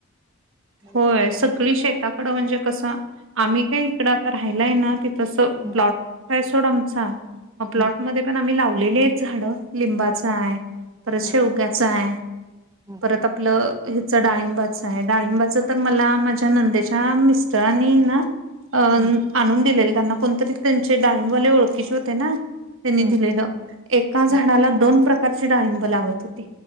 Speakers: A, on the right; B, on the right.
A: नाहीतर
B: होय
A: काय
B: सगळी
A: मग.
B: शेताकडं म्हणजे कसं आम्ही काय इकडं आता राहिलाय ना त तसं
A: हम्म,
B: प्लॉट आहे सोड आमचा प्लॉटमध्ये
A: हम्म,
B: पण आम्ही लावलेली आहेत झाडं लिंबाचा आहे परत शेवग्याचा
A: हम्म, हम्म,
B: आहे
A: हम्म,
B: परत आपलं डाळिंबाच आहे डाळिंबाच तर मला माझ्या नंदेच्या मिस्टर आणि ना अं
A: हम्म,
B: आणून दिलेले त्यांना कोणतरी त्यांचे डाळंबवाले ओळखीचे होते ना त्यांनी
A: हम्म,
B: दिलेलं एका झाडाला
A: हम्म.
B: दोन प्रकारची डाळिंब लागत होती